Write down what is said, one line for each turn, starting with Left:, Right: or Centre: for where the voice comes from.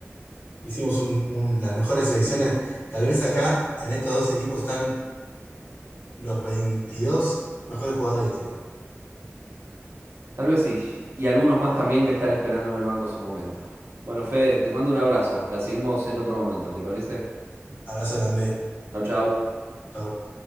Left: hicimos un- un- las mejores selecciones. Tal vez acá, en estos dos equipos, están los 22 mejores jugadores de la historia.
Right: Tal vez sí. Y algunos más también que están esperando en el banco su momento. Bueno, Fede, te mando un abrazo. La seguimos en otro momento, ¿te parece?
Left: Abrazo holandés.
Right: Chau, chau.
Left: Chau.